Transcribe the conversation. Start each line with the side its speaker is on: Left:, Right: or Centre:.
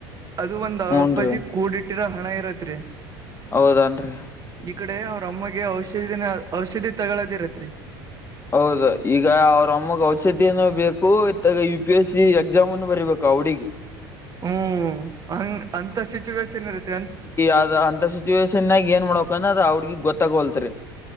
Right: ಅದು ಒಂದ್ ಅವ್ರ
Left: ಹೂನ್ರಿ
Right: ಅಪ್ಪಾಜಿ ಕೂಡಿ ಇಟ್ಟಿರೋ ಹಣ ಇರತ್ರಿ
Left: ಹೌದನ್ರಿ
Right: ಈ ಕಡೆ ಅವ್ರ ಅಮ್ಮಗೆ ಔಷಧಿನ ಔಷಧಿ ತಗಳೋದಿರತ್ರಿ
Left: ಹೌದ ಈಗ ಅವ್ರ ಅಮ್ಮಗ್ ಔಷಧಿನು ಬೇಕು ಇತ್ತಾಗ ಯು ಪಿ ಎಸ್ ಸಿ ಎಕ್ಸಾಮ್ನು ಬರೀಬೇಕು ಆ ಹುಡಿಗೆ
Right: ಹ್ಮ್ ಹಂಗ ಅಂತ ಸಿಚುವೇೇಶನ್ ಇರ್ತ್ತವಿ ಅ
Left: ಆದ ಅಂತ ಸುತ್ತ ಸಿಚುವೇನ್ಗ ಏನ್ ಮಾಡಬೇಕ ಅನ್ನದ ಆ ಹುಡುಗಿಗೆ ಗೊತ್ತಾಗೋಲ್ತರಿ